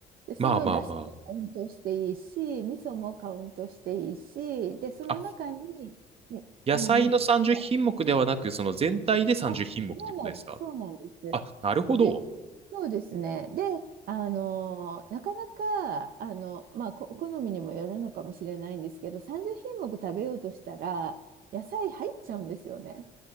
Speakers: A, on the right (about 60°); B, on the right (about 35°).
A: で、その出汁もカウントしていいし、
B: まあまあま
A: 味噌もカウントしていいし、で、その中に、
B: あ。あ、
A: ね、
B: 野菜の30品目ではなく、
A: あの、3つが、
B: その全体で30品目っひんもくってことですか
A: あ、そうなんです、そうなんです。
B: あ、なるほど。
A: で、そうですね。で、あの、なかなか、あの、まあ、こ好みにもよるのかもしれないんですけど、30品目食べようとしたら、野菜入っちゃうんですよね。